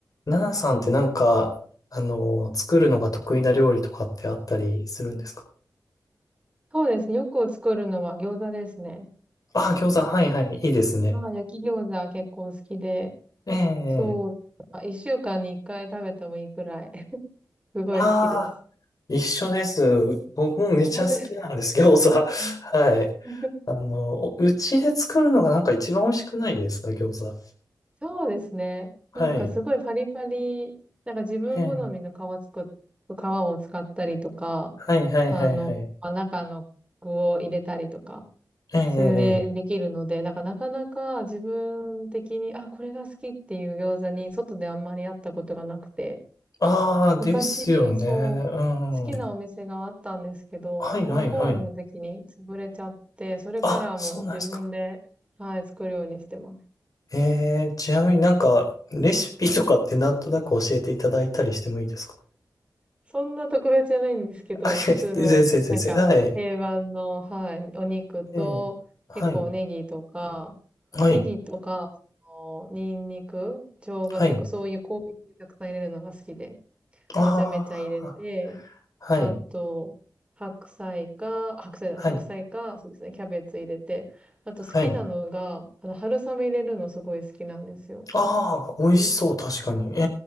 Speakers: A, on the left; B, on the right.
A: ナナさんってなんか、あの作るのが得意な料理とかってあったりするんですか
B: そうですね。よく作るのは餃子ですね。
A: ああー、餃子、はいはい、いいですね。
B: まあ、焼き餃子結構好きで、
A: ええ
B: そう、あ一週間に一回食べてもいいくらい、<laughs> すごい好きです。
A: ああ一緒です。僕もめちゃ好きなんです、
B: あ本当ですか。
A: 餃子。<laughs> はい。
B: うん <laughs>
A: あの、おうちで作るのがなんか一番美味しくないですか、餃子。
B: そうですね。
A: はい。
B: なんかすごいパリパリ、なんか自分好みの皮作っ、
A: ええ
B: 皮を使ったりとか、
A: はいはいはいはい。
B: あの、まあ、中の具を入れたりとか、
A: ええええ
B: それでできるので、なんかなかなか自分的に、あ、これが好きっていう餃子に外であんまりあったことがなくて、
A: ああですよね。
B: 昔、そう、
A: う
B: 好きなお店があったんですけど、
A: ん。はいはいはい。
B: そこがコロナの時に潰れちゃって、それからはもう自分で、
A: あ、そうなんですか。
B: はい、作るようにしてます。
A: えー、ちなみになんか、レシピとかってなんとなく教えていただいたりしてもいいですか
B: そんな特別じゃないんですけど、
A: <laughs> あ、いや先生、
B: 普通の、
A: 先生、
B: なんか、
A: はい。
B: 定番の、はい、お肉と、
A: ええはい、
B: 結構ネギとか、
A: はい、
B: ネギとか、そのニンニク、生姜、
A: はい。
B: 結構そういう香味系たくさん入れるのが好きで、
A: ああ、
B: めちゃめちゃ入れて、
A: はい、
B: あと、白菜か、白菜、
A: はい、
B: 白菜か、そうですね、キャベツ入れて、あと好きなのが、
A: はい。
B: あの、春雨入れるのすごい好きなんですよ。
A: ああ、美味しそう、
B: 入れ
A: 確かに。え